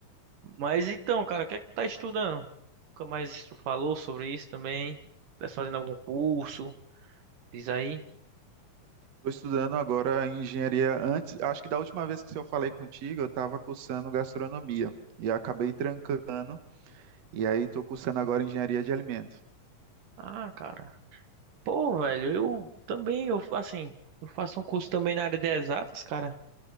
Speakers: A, on the right; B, on the right.
A: Mas então, cara, o que é que tu tá estudando? Nunca mais tu falou sobre isso também? Tá fazendo algum curso? Diz aí.
B: Estou estudando agora engenharia. Antes, acho que da última vez que eu falei contigo, eu estava cursando gastronomia e acabei trancando, e aí estou cursando agora engenharia de alimentos.
A: Ah, cara. Pô, velho, eu também, eu assim, eu faço um curso também na área de exatas, cara.